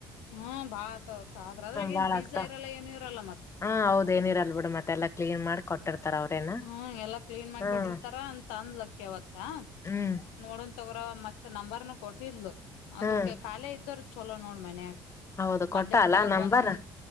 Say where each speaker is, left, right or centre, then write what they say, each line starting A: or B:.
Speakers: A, on the left; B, on the left.
A: ಹ್ಮ ಭಾಳ್ ಅತ್. ತೋವ್ ಕ ಆದ್ರ ಅದ್ರಾಗ್
B: ಬಾಳ
A: ಏನ್ ಬೀಜ
B: ಆಗ್ತಾವ
A: ಇರಲ್ಲ ಏನು ಇರಲ್ಲ ಮತ್.
B: ಹಾ ಹೌದ ಏನಿರಲ್ ಬಿಡು ಮತ್ತೆಲ್ಲಾ ಕ್ಲೀನ್ ಮಾಡಿ ಕೊಟ್ಟಿರ್ತಾರ ಅವ್ರೇನ
A: ಹ್ಮ್ ಎಲ್ಲಾ ಕ್ಲೀನ್ ಮಾಡಕೊಟ್ಟಿರ್ತಾರ್
B: ಹ್ಮ್
A: ಅಂತ ಅಂದ್ಲಕಿ ಅವತ್ತ
B: ಹ್ಮ್
A: ನೋಡೋನ್ ತೊಗ್ರೋ ಮತ್ ನಂಬರ್ನು ಕೊಟ್ಟಿದ್ಲು
B: ಹ್ಮ್
A: ಅದುಕ್ಕೆ ಕಾಲೆ ಇದೋರು ಚಲೋ ನೋಡ್ ಮನ್ಯಾಗ್.
B: ಹೌದು ಕೊಟ್ಟ
A: ಮಧ್ಯಾಹ್ನದಾಗ್
B: ಅಲ್ಲಾ ನಂಬರ್
A: ಒಂದ್